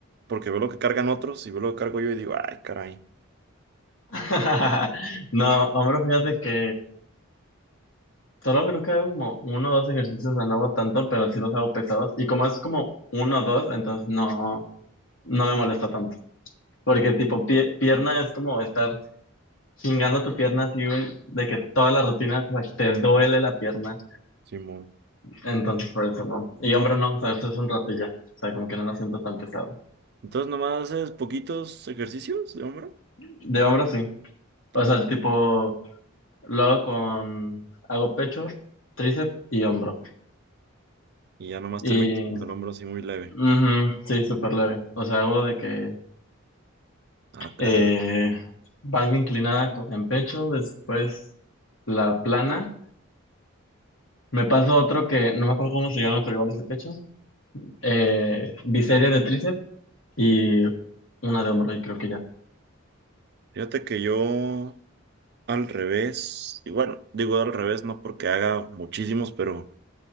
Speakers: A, on the right; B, on the left.
A: Porque veo lo que cargan otros y veo lo que cargo yo y digo, ay, caray,
B: <laughs> no, hombro, fíjate que solo creo que hago como uno o dos ejercicios, o sea, no hago tanto, pero sí los hago pesados. Y como es como uno o dos, entonces no, no me molesta Porque
A: no,
B: tipo pie- pierna es como estar chingando tu pierna así un- de que toda la rutina o sea, te duele la pierna.
A: Simón.
B: Entonces por eso no. Y hombro no, o sea, eso es un rato y ya. O sea, como que no lo siento tan pesado.
A: Entonces nomás haces poquitos ejercicios de hombro
B: De hombro sí. O
A: ¿no?
B: sea, tipo lo hago con, hago pecho, tríceps y hombro.
A: y ya nomás
B: Y
A: terminas con el hombro así muy leve.
B: ujú, sí, súper leve. O sea, hago de que
A: Ah, caray.
B: eh, banca inclinada con- en pecho, después la plana. Me paso otro que no me acuerdo cómo se llama, pero igual es de pecho. Eh, biseria de tríceps y una de hombro, y creo que ya.
A: Fíjate que yo Al revés, y bueno, digo al revés, no porque haga muchísimos, pero